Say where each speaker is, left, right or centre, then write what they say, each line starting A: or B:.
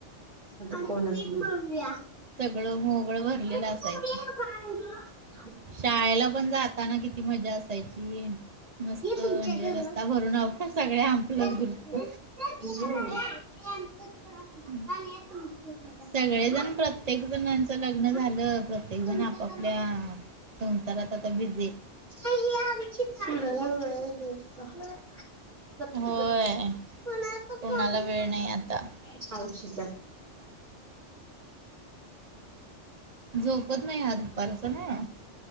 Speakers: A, on the right (about 65°); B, on the right (about 35°).
A: आता कोणाच नई
B: सगळं मोगळ भरलेलं
A: <unintelligible>
B: असायचं. शाळेला पण जाताना किती मजा असायची. मस्त
A: हे तुमच्या
B: म्हणजे
A: घरात
B: रस्ता भरून आपण सगळे आपलाच
A: हे आमचं
B: ग्रुप
A: <unintelligible>
B: <inaudible>
A: हे तुमचं घर
B: सगळेजण
A: असणार
B: प्रत्येक जण लग्न
A: आणि
B: झालं, प्रत्येक
A: तुमच्या
B: जण आपापल्या
A: घर
B: संसारात आता बिझीयेत
A: नाही आमची का वे. कुणाला <unintelligible> गपकी
B: होय
A: गपकी, कुणाचा फोन
B: कोणाला वेळ
A: आहे?
B: नाही आता.
A: मावशीचा.
B: झोपत नाही हा दुपारचा नाय